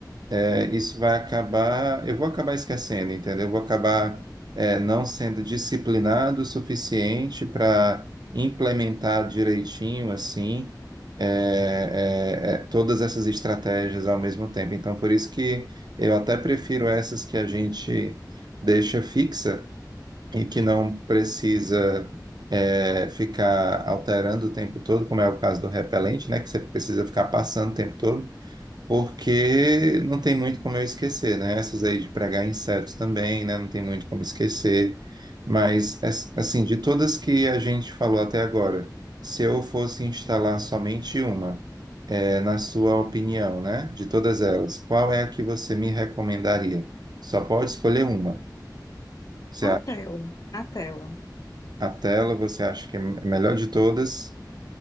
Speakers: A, on the right; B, on the left.
A: é, isso vai acabar, eu vou acabar esquecendo, entendeu? Eu vou acabar, é, não sendo disciplinado o suficiente para implementar direitinho, assim, é, é, é, todas essas estratégias ao mesmo tempo. Então, por isso que eu até prefiro essas que a gente deixa fixa e que não precisa. é, ficar alterando o tempo todo, como é o caso do repelente, né? Que você precisa ficar passando o tempo todo porque não tem muito como eu esquecer, né? Essas aí de pregar insetos também, né? Não tem muito como esquecer. Mas, as- assim, de todas que a gente falou até agora, se eu fosse instalar somente uma, é, na sua opinião, né? De todas elas, qual é a que você me recomendaria? Só pode escolher uma. Você acha
B: A tela, a tela.
A: a tela, você acha que é melhor de todas?